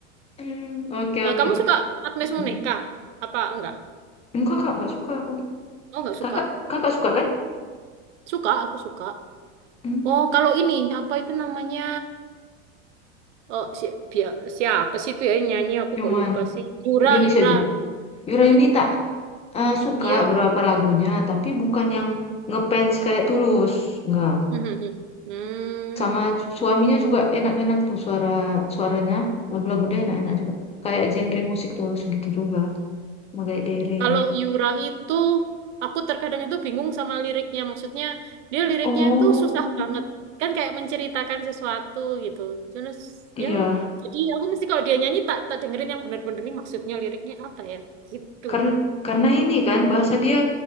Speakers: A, on the left; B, on the right.
A: Hmm, oke
B: Eh,
A: oke.
B: kamu suka Agnes
A: Hmm,
B: Monica? Apa enggak?
A: Enggak kak, nggak suka aku.
B: Oh nggak suka.
A: Kakak, kakak suka kan?
B: Suka, aku suka.
A: Hmm,
B: Oh kalau ini apa itu namanya? Oh, si, bia- siapa sih itu ya yang nyanyi? Aku
A: cuman
B: kok lupa sih. Yura,
A: Indonesia
B: Yura.
A: juga. Yura
B: Mm-mm.
A: Yunita eh, suka
B: Iya, Yura.
A: beberapa lagunya, tapi bukan yang ngefans kayak Tulus, enggak.
B: Mhm. Hmm.
A: Sama suaminya juga enak-enak tuh suara suaranya, lagu-lagu dia enak-enak
B: Mhm.
A: juga. Kayak genre musik Tulus gitu juga, Magai Dere.
B: Kalau Yura itu, aku terkadang itu bingung sama liriknya. Maksudnya, dia liriknya
A: Oh,
B: itu susah banget. Kan kayak menceritakan sesuatu gitu. Terus,
A: iya.
B: ya. Jadi aku mesti kalau dia nyanyi, tak, tak dengerin yang benar-benar ini maksudnya liriknya apa ya. Gitu.
A: Karena karena ini kan bahasa dia